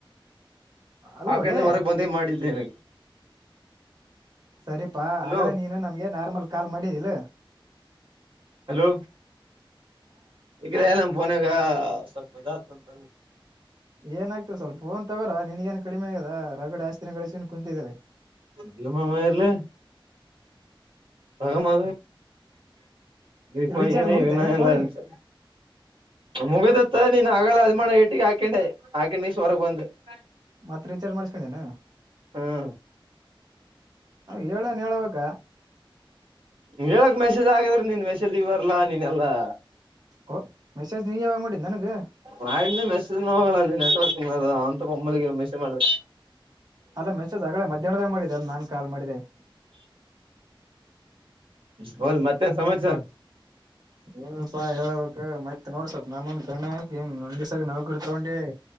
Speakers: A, on the right; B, on the right.
A: ಅಲ್ಲೋಲೆ
B: ಆಕಂಡ್ ಹೊರಗ್ ಬಂದೇ ಮಾಡಿದ್ದೆ ನಿನಗೆ.
A: ಸರಿಪಾ
B: ಹಲೋ
A: ಆಗಳೆ ನೀನು ನನ್ಗೆ ನಾರ್ಮಲ್ ಕಾಲ್ ಮಾಡಿದ್ದಿಲ್ಲ?
B: ಹಲೋ ಈಗ್ ಏ ನಮ್ಮ ಫೋನಾಗ ಸ್ವಲ್ಪ <unintelligible> ಅಂತ
A: ಏನ ಆಗ್ತದೆ ಸ್ವಲ್ಪ ಫೋನ್ ತಗೋರ ನಿನ್ ಏನ್ ಕಡಿಮೆ ಆಗದ ರಗಡ್ ಆಸ್ತಿನೆ ಗಳಿಸ್ಕೆಂದ್ ಕುಂತಿಅಲ
B: ಇಲ್ಲ ಮಾಮ ಇರ್ಲ್ಲಿ ಪಗ ಮಾ ದೀಪಾವಳಿಗೆ
A: ರೀಚಾರ್ಜ್ ಮುಗಿತ
B: ಇನ್ನ
A: ನಿನ್ನ
B: <unintelligible> ಎಲ್ಲಾಚ.
A: ಫೋನಿಗೆ
B: ಮುಗದಿತ್ತ ನೀನ್ ಆಗಳ ಅಲ್ ಮಾಡ ಇಟ್ಟಗೆ ಹಾಕೊಂಡೆ ಹಾಕೊಂಡ ನೀ ಹೊರಗೆ ಬಂದೆ. ಹ
A: ಮತ್ತ್ ರಿಚಾರ್ಜ್ ಮಾಡಸ್ಕೊಂಡೇನ?
B: ಹ್ಮು
A: ಅವ್ ಹೇಳನ್ ಹೇಳ್ಬೇಕ?
B: ಹೇಳಕ್ ಮೆಸೇಜ್ ಆಕಿದ್ರ ನಿನ್ ಮೆಸೇಜ್ಗೆ ಬರ್ಲಾ ನೀನೆಲ್ಲಾ.
A: ಓ ಮೆಸೇಜ್ ನೀ ಯಾವಾಗ ಮಾಡಿದ್ದ್ ನನ್ಗ?
B: ಮಾಡನ ಮೆಸೇಜ್ ಹೋಗಲ್ಲ ಅಲ್ಲಿ ನೆಟ್ವರ್ಕ್ ಮಾಡ ಅಂತ ಒಮ್ಮಲ್ಲಿ ಮೆಸೇಜ್ ಮಾಡ್ದೆ.
A: ಅಲ್ಲ ಮೆಸೇಜ್ ಅಗಳ ಮಧ್ಯಾನ್ದಾಗೆ ಮಾಡಿದೆ ಅದು ನಾನ್ ಕಾಲ್ ಮಾಡಿದಾಗ್.
B: ಹೊಗ್ಲಿ ಮತ್ತೇನ್ ಸಮಾಚಾರ?
A: ಏನಿಲ್ಪಾ ಹೇಳ್ಬೇಕ್ ಮತ್ ನೋಡ್ ಸ್ವಲ್ಪ ನಮನ್ ಕಣ್ಣಾಗೆ ಏನ್ ಒಂದೇಸರಿನೌಕ್ರಿ ತಗೊಂಡಿ.